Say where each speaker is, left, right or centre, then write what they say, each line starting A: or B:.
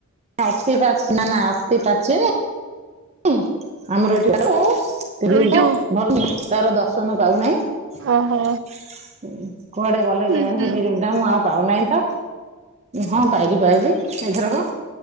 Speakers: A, on the right; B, on the right.
A: ଅସି ପାଚି ନା ନା ଅତି ପଚିନେ ଆମର ଏଠି। <unintelligible>
B: ଏଇ ଯୋଉ
A: <unintelligible> ଭଲ ତାର ଦର୍ଶନ ପାଉନାହିଁ।
B: ଓହୋ
A: କୁଆଡେ ଗଲେ
B: ହୁଁ
A: କେଜାଣି
B: ହୁଁ
A: ହେବେ ଯୋଉ ନା ମୁଁ ଆଉ ପାଉନାହିଁ ତ ହଁ ଟାଇଲ ପାଇଲିି ଏ ଥରକ।